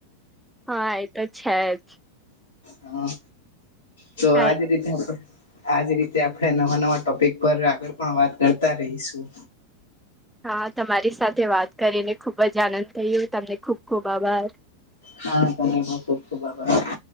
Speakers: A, in the centre; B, on the left.
A: હા એતો છે જ.
B: હા તો
A: કઈ
B: આજ રીતે આપ આજ રીતે આપણે નવા નવા ટોપિક પર આગળ પણ વાત કરતા રહીશું.
A: હા તમારી સાથે વાત કરીને ખૂબ જ આનંદ થયો, તમને ખૂબ ખૂબ આભાર.
B: હા તમને પણ ખૂબ ખૂબ આભાર.